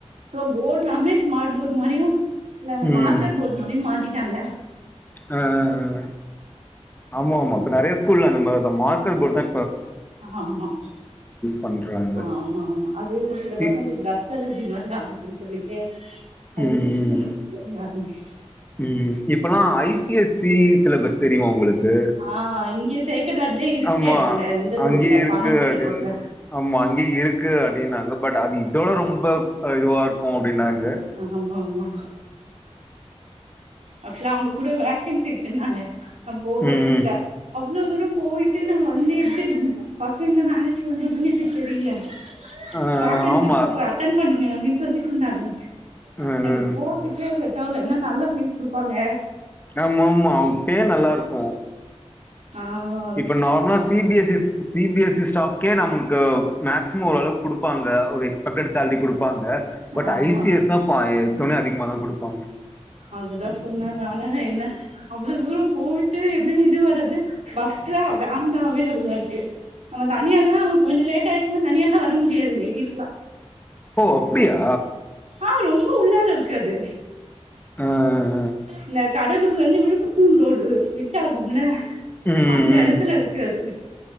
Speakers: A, on the right; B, on the left.
A: சோ போர்ட் எல்லாமே ஸ்மார்ட் போர்ட் மாரியு இல்ல அந்த
B: ம்
A: மார்க்கர்
B: ம்
A: போர்ட் மாரியு மாத்திட்டாங்க
B: ஆ ஆ ஆ ஆமா ஆமா இப்ப நிறைய ஸ்கூல்ல அந்த மாரி தா மார்க்கர் போடுத்தா
A: ஆமா
B: பண்றாங்க
A: ஆமா ஆமா அது ஒரு சில பசங்களுக்
B: இ
A: டஸ்ட் டஸ்ட் அலர்ஜி மாரி ஆகுதுன்னு சொல்லிட்டு அது
B: ம்
A: யூஸ்
B: ம்
A: பண்றதுல்ல யாருமே
B: ம் இப்பல்லா ஐசிஎஸ்சி சிலபஸ் தெரியுமா உங்களுக்கு
A: ஆஹ் இங்கே சேக்கட்டாட்தே இருக்கே
B: ஆமா
A: அங்க இந்த
B: அங்கயே
A: ரோட்ல
B: இருக்கு
A: பானம்பட்டு
B: அப்டின்
A: ரோட்ல
B: ஆமா அங்கேயே இருக்கு அப்படின்னாங்க பட் அது இதோட ரொம்ப இதுவா இருக்கு அப்டின்னாங்க
A: ஆமா ஆமா அப்பல்லா அங்க கூட வேக்கன்சி இருக்குன்னாங்க நா போகவே
B: ம் ம்
A: இல்ல அவ்வளோ தூரம் போயிட்டு நம்ம அங்கயே எப்டி பசங்கள மேனேஜ் பண்றதுன்னு எனக்கு தெரியல
B: ஆ
A: வேகன்சி
B: ஆமா
A: இருக்கு போய் அட்டன் பண்ணுங்க அப்படின்னு சொல்லி சொன்னாங்க
B: ம்
A: எனக்கு
B: ம்
A: போ த்துக்கே செட்டால ஏன்னா நல்ல ஃபீஸ் குடுப்பாங்க
B: ஆமா ஆமா அவுங்க பேரு நல்லா இருக்கு
A: ஆமா
B: இப்போ நார்மலா சிபி. எஸ். ஸி சிபிஎஸ்இ ஸ்டாப்கே நம்மக்கு மேக்சிமம் ஓரளவுக்கு கொடுப்பாங்க ஒரு எக்ஸ்பெக்டட் சேலரி கொடுப்பாங்க பட்
A: ஆமா
B: ஐசிஎஸ் தா பா எடுத்தோனே அதிகமா தா கொடுப்பாங்க
A: அதுதா சொன்னாங்க ஆனா என்ன அவ்வளவு தூரோ போயிட்டு எப்டி இது வர்றது பஸ் தா வேன் தா அவைலபிளா இருக்கு நம்ம தனியா ல்லா அவ கொஞ்சோ லேட்டா ஆயிச்சுன்னா தனியா ல்லா வரமுடியாது லேடிஸ்லா
B: ஓ அப்டியா
A: ஆஹ் ரொம்ப உள்ளார இருக்கு அது
B: ஆஹ்
A: இந்த கடலூர்ல இருந்து விழுப்புரம் ரோடு ஸ்ப்ளிட் ஆகும்ல
B: ம்
A: அந்த
B: ம்
A: இடத்துல இருக்கு அது